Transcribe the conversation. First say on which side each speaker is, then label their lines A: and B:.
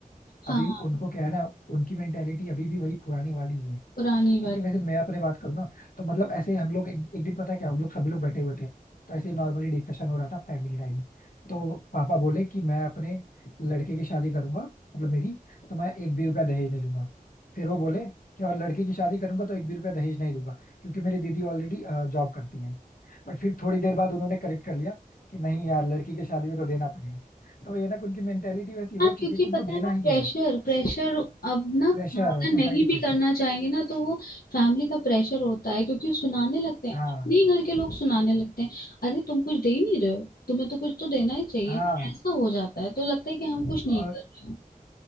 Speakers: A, on the left; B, on the left.
A: हाँ
B: अभी उनको क्या है ना उनकी मेंटेलिटी अभी भी वही पुरानी वाली ही है
A: पुरानी
B: क्योंकि
A: वाली
B: वैसे मैं अपने बात करूँ ना तो मतलब ऐसे हम लोग एक, एक दिन पता है क्या हम लोग सभी लोग बैठे हुए थे तो ऐसे नॉर्मली डिस्कशन हो रहा था फैमिली टाइम में तो पापा बोले कि मैं अपने लड़के की शादी करूंगा मतलब मेरी तो मैं एक भी रुपया दहेज नहीं लूंगा फिर वो बोले कि और लड़की की शादी करूंगा तो एक भी रुपया दहेज नहीं दूंगा क्योंकि मेरी दीदी ऑलरेडी जॉब करती है बट फिर थोड़ी देर बाद उन्होंने करेक्ट कर लिया कि नहीं यार लड़की की शादी में तो देना पड़ेगा तो ये ना कि उनकी मेंटेलिटी वैसी हो
A: हाँ
B: चुकी
A: क्योंकि
B: है कि उनको
A: पता
B: देना
A: है वो
B: ही
A: प्रेशर
B: है
A: प्रेशर अब ना फादर
B: Pressure society
A: नहीं भी
B: pressure
A: करना चाहेंगे ना तो वो फैमिली का प्रेशर होता है क्योंकि सुनाने लगते हैं
B: हाँ
A: अपने ही घर के लोग सुनाने लगते हैं अरे तुम कुछ दे ही नहीं रहे हो तुम्हें तो कुछ तो देना ही चाहिए
B: हाँ
A: ना ऐसा हो जाता है तो लगता है कि हम कुछ नहीं
B: और
A: कर रहे हैं